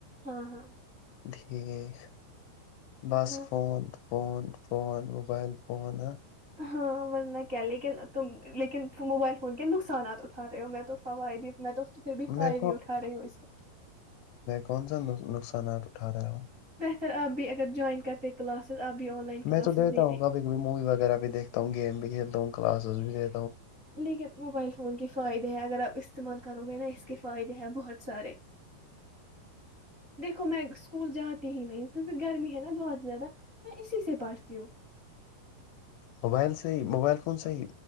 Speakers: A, on the right; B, on the left.
A: ہاں ہاں
B: دھییک بس
A: ہاں
B: phone phone phone mobile phone
A: ہاں ورنہ کیا لیکن تم لیکن موبائل فون کے نقصانات اٹھا رہے ہو میں تو فوائ دی میں تو تو پھر بھی فائدے
B: میں
A: اٹھا رہے ہو اس کے
B: پان نقصان کا نپ اٹھا رہا ہوں
A: سر آپ بھی اگر جوائن کرتے ہیں کلاسز آپ بھی آن لائن کلاسز
B: میں تو دیتا
A: دیتے
B: ہوں کبھی کب موی وغیرہ بھی دیکھتا ہوں گیم بھی کھیلتا ہوں کللاسز بری
A: لیکن موبائل فون کے فائدے ہیں اگر آپ استعمال کرو گے نا اس کے فائدے ہیں بہت سارے دیکھو میں اسکول جاتے ہی نہیں ہ کیونکہ گرمی ہے نا بہت زیادہ میں اسی سے پٹتی ہوں
B: موبائل سے ہی موبائل کون ساہ